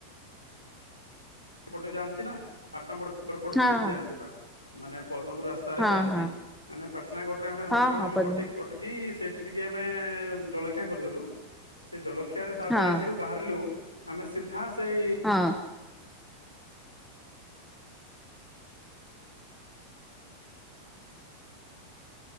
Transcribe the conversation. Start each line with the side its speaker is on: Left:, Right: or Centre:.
Left: ଏପଟେ ଯାଆନ୍ତି ନା ପାଟଣାଗଡ଼ ପଟୁ
Centre: ହଁ
Left: ସିଧା
Centre: ହଁ
Left: ଯାଆନ୍ତି ବା ମାନେ ପଦ୍ମପୁର ରାସ୍ତାରେ
Centre: ହଁ
Left: ଯାଆନ୍ତି
Centre: ହଁ
Left: ମାନେ ପାଟନାଗଡରେ ଆମେ ପାଞ୍ଚ
Centre: ହଁ
Left: ଛଅ
Centre: ହଁ
Left: ଜଣ
Centre: ପଦ୍ମ
Left: ଯାକ ଅଟକି ସେଠି ଟିକେ ଆମେ ଜଲଖିଆ କରିଦେଲୁ ସେ ଜଲ ସିଆଡେ ତାପରେ
Centre: ହଁ
Left: ସେଠୁ ବାହାରିଲୁ। ଆମେ ସିଧା ସେଇ
Centre: ହଁ।